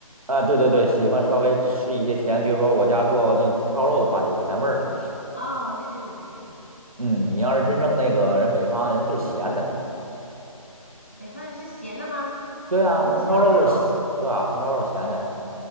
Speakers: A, on the right (about 75°); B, on the left (about 20°).
A: 啊，对对对，喜欢稍微吃一些甜，比如说我家做那个红烧肉的话，就是甜味儿的。
B: 哦，对对对对对，
A: 嗯，你要是真正那个人北方人就是咸的，
B: 北方人是咸的吗？
A: 对啊，
B: 红烧肉，
A: 红烧肉就是咸哇，红烧肉咸的呀，